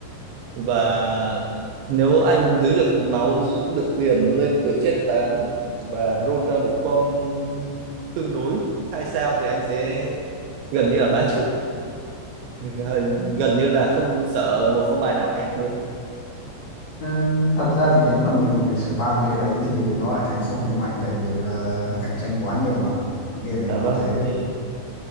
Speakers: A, on the right; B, on the left.
A: và nếu anh giữ được máu giữ được tiền lên được chết 8 và roll ra một form tương đối hai sao thì anh sẽ gần như là bá chủ gần gần như là không sợ một phong bài nào khác nữa
B: nên thật ra thì nếu mà nhiều người spam cái đấy thì nó lại thành không thành mạnh tại vì là cạnh tranh quá nhiều mà cái game này
A: dạ
B: nó
A: vâng
B: là thế
A: thì,